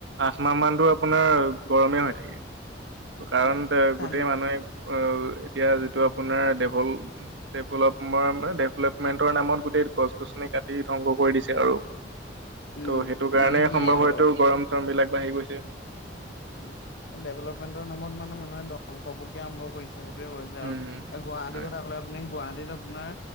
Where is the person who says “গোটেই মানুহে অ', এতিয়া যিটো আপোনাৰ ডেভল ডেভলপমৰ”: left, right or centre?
Right